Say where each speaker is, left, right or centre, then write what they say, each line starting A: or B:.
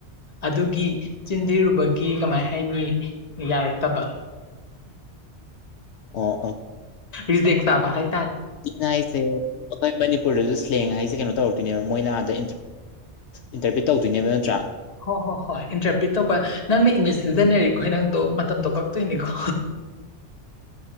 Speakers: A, on the left; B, on the left.
A: ꯑꯗꯨꯒꯤ ꯆꯤꯟꯊꯤꯔꯨꯕꯒꯤ ꯀꯃꯥꯏ ꯍꯥꯏꯅꯤ ꯌꯥꯔꯛꯇꯕ
B: ꯑꯣ ꯑ
A: ꯔꯤꯖꯦꯛ ꯆꯕ ꯍꯥꯏ
B: ꯆꯤꯟ ꯍꯥꯏꯁꯦ ꯑꯩꯈꯣꯏ ꯃꯅꯤꯄꯨꯔꯗꯁꯨ ꯁ꯭ꯂꯦꯡ ꯍꯥꯏꯁꯦ ꯀꯩꯅꯣ ꯇꯧꯔꯛꯇꯣꯏꯅꯦꯕ ꯃꯣꯏꯅ ꯑꯥꯗ ꯏꯟꯇꯔꯄ꯭ꯔꯤꯠ ꯇꯧꯗꯣꯏꯅꯦꯕ ꯅꯠꯇ꯭ꯔꯥ
A: ꯍꯣꯏ ꯍꯣ ꯍꯣꯏ ꯏꯟꯇꯔꯄ꯭ꯔꯤꯠ ꯇꯧꯕ ꯅꯪꯅ ꯏꯪꯂꯤꯁ ꯁꯤꯖꯤꯟꯅꯔꯤꯀꯣ ꯅꯪꯗꯣ ꯃꯇꯝꯗꯣ ꯀꯛꯇꯣꯏꯅꯤꯀꯣ